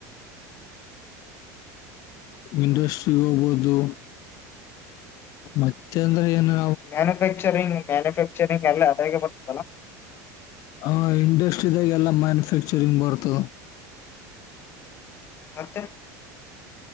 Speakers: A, on the left; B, on the left.
A: ಇಂಡಸ್ಟ್ರಿ ಗ್ ಹೋಗ್ಬೋದು. ಮತ್ತೆ ಅಂದ್ರೆ ಏನೆ
B: ಮ್ಯಾನುಫ್ಯಾಕ್ಚರಿಂಗ್ ಮ್ಯಾನುಫ್ಯಾಕ್ಚರಿಂಗ್ ಎಲ್ಲಾ ಅದ್ರಾಗೆ ಬರ್ತದಲ್ಲ.
A: ಆ ಇಂಡಸ್ಟ್ರಿದಾಗ್ ಎಲ್ಲ ಮ್ಯಾನುಫ್ಯಾಕ್ಚರಿಂಗ್ ಬರ್ತದ.
B: ಮತ್ತೆ